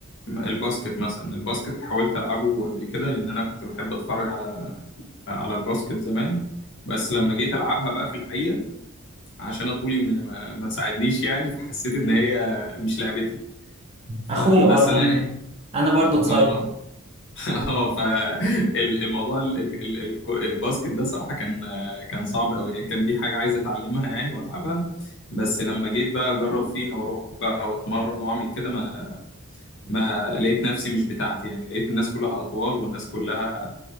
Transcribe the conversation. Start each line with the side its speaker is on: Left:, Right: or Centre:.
Left: الباسكت مثلا الباسكت حاولت ألعبه قبل كده لأن أنا كنت بحب أتفرج على على الباسكت زمان بس لما
Right: مم.
Left: جيت ألعبها بقى في الحقيقة عشان أنا طولي ما, ما ما ساعدنيش يعني فحسيت ان هي مش لعبتي فبس
Right: اخويا برضه
Left: انا
Right: انا
Left: يعني
Right: انا برضه قصير
Left: اه <laughs> اه فالموضوع الباسكت ده صراحة كان كان صعب قوي يعني كان دي حاجة عايز اتعلمها يعني والعبها بس لما جيت بقى اجرب فيها واروح بقى واتمرن واعمل كده ما ما لقيت نفسي مش بتاعتي يعني لقيت الناس كلها اطوال والناس كلها